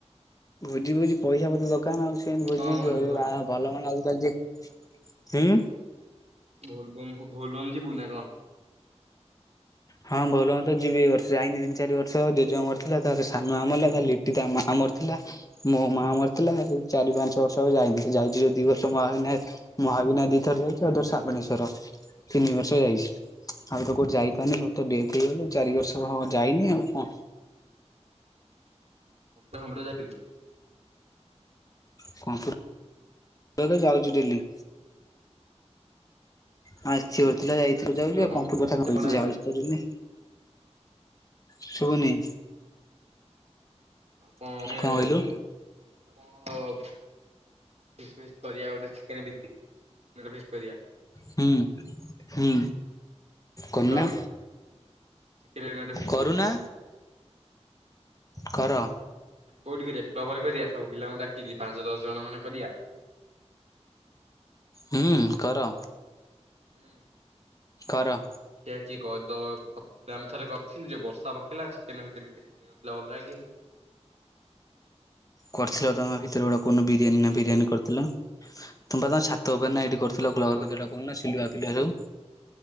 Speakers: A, on the left; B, on the right.
A: ଭୋଜି ଫୋଜି ପଇସା ପତ୍ର ଦରକାର୍ ନା ଆଉ। ସେମିତି ଭୋଜି
B: କଣ
A: ହେଇଯିବ
B: ମାନେ ଭୋ
A: ଏ ବା ଭଲ ହବନା ଆଉ। ପାଞ୍ଜି ହୁଁ।
B: ଭୋଲବମ୍ ହୋଉ ଭୋଲବମ୍ ଯିବୁ ନା କଣ?
A: ହଁ ଭଲ ହୁଅନ୍ତା ଯିବି ଏ ବର୍ଷ ଯାଇନି ତିନି ଚାରି ବର୍ଷ ଜେଜେ ମରିଥିଲା। ତାର ସାନ ମାମୁଁ ମଲା ତା ଲିଟି ତା ମା ମରିଥିଲା। ମୋ ମା ମରିଥିଲା ଚାରି ପାଞ୍ଚ ବର୍ଷ ହବ ଯାଇନି। ଯାଇଛି ଯୋଉ ଦି ବର୍ଷ ମହାବିନାୟକ ମହାବିନାୟକ ଦିଥର ଯାଇଛି। ଆଉ ଥରେ ଶ୍ରାବଣେଶ୍ୱର ତିନି ବର୍ଷ ଯାଇଛି ଆଉ ତ କୋଉଠି ଯାଇ ପା ମାନେ ସବୁ ତ ଡେଥ୍ ହେଇଗଲେ ଚାରି ବର୍ଷ ହବ ଯାଇନି ଆଉ କଣ।
B: କମ୍ପ୍ୟୁଟର ଫମ୍ପୁଟର ଯାଇଥିଲୁ?
A: କମ୍ପୁଟର ତ ଯାଉଛି ଡେଲି। ହଁ ଅଛି ବୋ ପିଲା
B: ଡେଲି
A: ଯାଇଥିଲୁ
B: ଯାଉଛୁ
A: ଯାଉଛି ଆଉ କମ୍ପୁଟର କଥା
B: କେତେ
A: କଣ କହିବି।
B: ବଡ ହେଲାଣି
A: ଯାଉଛି ତ ଡେଲି। ଶୁଭୁନି।
B: ଆଉ କଣେ
A: କଣ କହିଲୁ
B: <unintelligible> କଣ ଫିସ୍ଟ ଫିସ୍ଟ କରିବା ଗୋଟେ ଚିକେନ୍। ଚିକେନ୍ ଫିସ୍ଟ କରିଆ।
A: ହୁଁ ହୁଁ।
B: ହାଲୋ
A: କରୁନା
B: ଚିକେନ ବିରିୟାନୀ ଗୋଟେ ଫିସ୍
A: କରୁନା।
B: କରିବା।
A: କର।
B: କୋଉଠି କିରେ କ୍ଲବ୍ ଘରେ କରିଆ ସବୁ ପିଲାଙ୍କୁ ଡାକ୍ ଖିକି ପାଞ୍ଚ ଦଶ ଜଣ ଖଣ୍ଡେ କରିଆ।
A: ହୁଁ କର।
B: ହୁଁ।
A: କର।
B: ଚି କଦ କଥିଲୁ ଆମେ ଥରେ କରିଥିଲୁ ଯେ ବର୍ଷା ପାଗ ହେଲା ଚିକେନ୍ ଭିକେନ୍ ଟିକେ ସିଝି ନଥିଲା ଭଲା କି।
A: କରିଥିଲ ବା ତମ ଭିତରେ ଗୋଟେ କୋଉ ଦିନ ବିରିୟାନୀ ନା ଫିରିୟାନୀ କରିଥିଲ ତମେ ପା ତମ ଛା ତୋ ବା
B: ହଁ
A: ନାଇଟ୍
B: ବିରିୟାନୀ
A: କରୁଥିଲ
B: କରିଥିଲୁ
A: କ୍ଲର୍କ
B: ବା
A: ଯୋଉଟା କହୁନ ସିଲୁଆ ଫିଲୁଆ ସବୁ।